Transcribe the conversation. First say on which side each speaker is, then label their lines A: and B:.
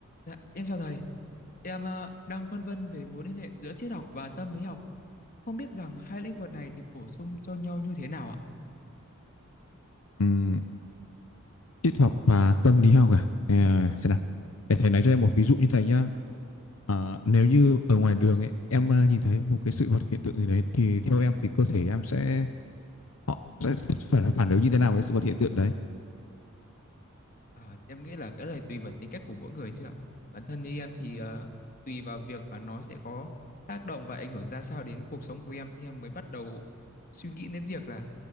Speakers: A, on the left (about 40°); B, on the left (about 75°).
A: Dạ, em chào thầy. Em ờ, đang phân vân về mối liên hệ giữa triết học và tâm lý học. Không biết rằng hai lĩnh vực này thì bổ sung cho nhau như thế nào ạ?
B: Ừm, triết học và tâm lý học à? Ờ, xem nào. Để thầy nói cho em một ví dụ như thầy nhá. À, nếu như ở ngoài đường ấy, em ờ, nhìn thấy một cái sự vật hiện tượng gì đấy thì theo em thì cơ thể em sẽ họ sẽ phải phản ứng như thế nào với sự vật hiện tượng đấy?
A: À, em nghĩ là cái này tùy vào tính cách của mỗi người chứ ạ. Bản thân như em thì ờ, tùy vào việc mà nó sẽ có tác động và ảnh hưởng ra sao đến cuộc sống của em thì em mới bắt đầu suy nghĩ đến việc là